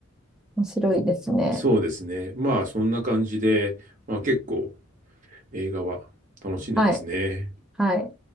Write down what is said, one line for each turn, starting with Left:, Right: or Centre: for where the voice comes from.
Centre: 面白いですね。
Right: そうですね。まあ、そんな感じで、まあ結構映画は楽しんでますね。
Centre: はい。はい。